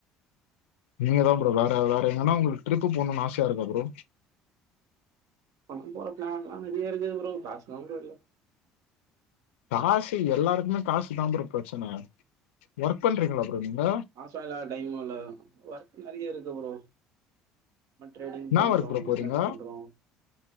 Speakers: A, on the left; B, on the right.
A: நீங்க தா ப்ரோ வேற வேற எங்கன்னா உங்களுக்கு ட்ரிப்பு போணும்னு ஆசைய இருக்கா ப்ரோ
B: பண்ணி போற பிளான்ல்லா நெறைய இருக்குது ப்ரோ காசு தா ப்ரோ இல்ல
A: காசு எல்லாருக்குமே காசு தா ப்ரோ பிரச்சன ஒர்க் பண்றீங்களா ப்ரோ நீங்க
B: காசல்ல டைம்மு இல்ல ஒர்க் நெறைய இருக்கு ப்ரோ நம்ம ட்ரேடிங்
A: என்ன
B: பண்றோ
A: ஒர்க் ப்ரோ
B: பிஸ்னஸ்
A: போறீங்க
B: பண்றோ